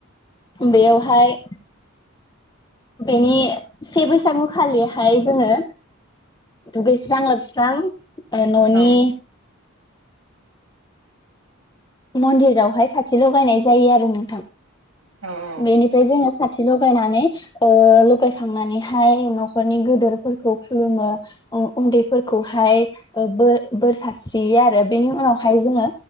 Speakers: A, on the left; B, on the right.
A: बेयावहाय बेनि से बैसागुखालिहाय जोङो दुगैस्रां लोबस्रां ओ न'नि
B: औ
A: मन्दिरावहाय साथि लगायनाय जायो आरो नोंथां
B: औ
A: बेनिफ्राय
B: औ
A: जोङो सा थि लगायनानै ओ लगायखांनानैहाय नखरनि गोदोरफोरखौ खुलुमो उनदैफोरखौहाय ओ बो बोर सारस्रियो आरो बेनि उनावहाय जोङो